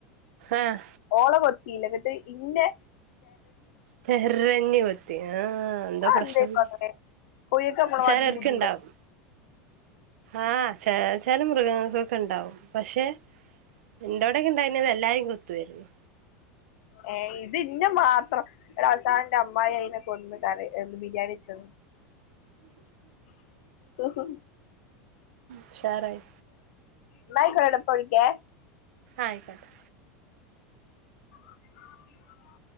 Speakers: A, on the right; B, on the left.
A: ആഹ്
B: ഓള കൊത്തില്ല എന്നിട്ട് ഇന്നേ
A: തെരഞ്ഞു കൊത്തി ആ എന്തോ
B: അതെന്തേക്കും
A: പ്രശ്നണ്ട്
B: അങ്ങനെ കോഴിയൊക്കെ നമ്മളെ
A: വിചാരം
B: മാതിരി
A: എനിക്ക്
B: ബുദ്ധിയില്ല
A: ഇണ്ടാവും ആ ച ചില മൃഗങ്ങൾക്കൊക്കെ ഉണ്ടാവും പക്ഷെ എന്റെോടെക്കെ ഇണ്ടായിത് എല്ലാരെ കൊത്തുവാരുന്നു
B: ഏ ഇത് ഇന്നെ മാത്രം അവസാനന്റെ അമ്മായി അതിനെ കൊന്ന് കറി ന്ന് ബിരിയാണി വച്ച് തന്നു
A: ഉഷാറായി
B: ന്നാ ആയിക്കോട്ടെ ട്ടോ പ്പ വിളിക്കേ
A: ആയിക്കോട്ടെ
B: <inaudible>